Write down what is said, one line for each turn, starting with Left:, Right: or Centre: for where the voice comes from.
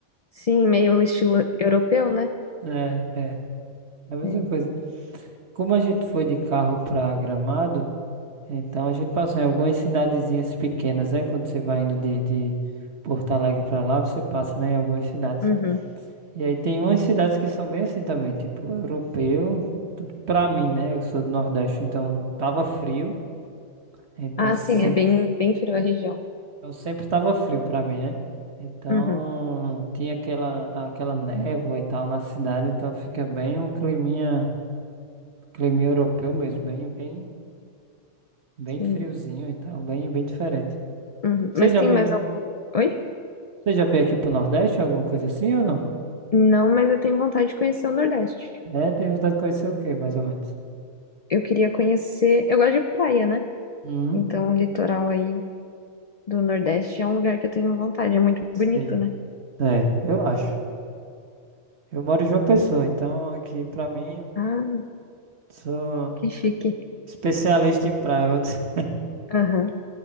Left: sim, meio estilo europeu, né?
Right: É, é, é a mesma
Left: É.
Right: coisa. Como a gente foi de carro pra Gramado, Então a gente passou em algumas cidadezinhas pequenas, né? Quando você vai indo de, de Porto Alegre pra lá, você passa, né, em algumas cidades.
Left: Uhum.
Right: E aí tem umas cidades que são bem assim também, tipo europeu. t- Pra mim, né? Eu sou do Nordeste, então tava frio. Então,
Left: Ah,
Right: se-
Left: sim, é bem, bem frio a região.
Right: então sempre tava frio pra mim, né? Então
Left: Uhum,
Right: tinha aquela, aquela névoa e tal na cidade, então fica bem um climinha, climinha europeu mesmo, bem, bem, bem
Left: sim.
Right: friozinho e tal, bem, bem diferente.
Left: Uhum.
Right: Você
Left: Mas
Right: já
Left: tem
Right: viu?
Left: mais algum. Oi?
Right: Você já veio aqui pro Nordeste, alguma coisa assim ou não?
Left: Não, mas eu tenho vontade de conhecer o Nordeste.
Right: É, tem vontade de conhecer o quê, mais ou menos?
Left: Eu queria conhecer. Eu gosto de praia, né?
Right: Hum,
Left: Então, o litoral aí do Nordeste é um lugar que eu tenho vontade. É muito
Right: sim.
Left: bonito, né?
Right: É, eu acho. Eu moro em João Pessoa, então aqui pra mim
Left: Ah,
Right: sou
Left: que chique.
Right: especialista em praia. vamos dizer.
Left: Aham.